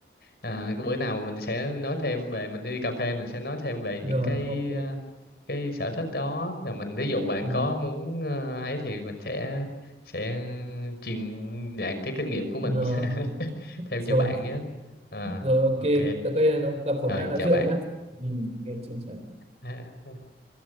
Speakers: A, on the left; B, on the right.
A: à, cái bữa nào mình sẽ nói thêm về mình đi cà phê mình sẽ nói thêm về những
B: rồi
A: cái
B: ok
A: à, cái sở thích đó rồi mình ví dụ bạn
B: ừ,
A: có muốn à, ấy thì mình sẽ sẽ truyền đạt cái kinh nghiệm của
B: rồi
A: mình <laughs> thêm
B: rồi
A: cho bạn nhé. À,
B: Rồi ok,
A: ok.
B: tới đây ông gặp phường
A: Rồi
B: khác nói
A: chào
B: chuyện
A: bạn.
B: nhé. Ừ, ok, xin chào.
A: <laughs>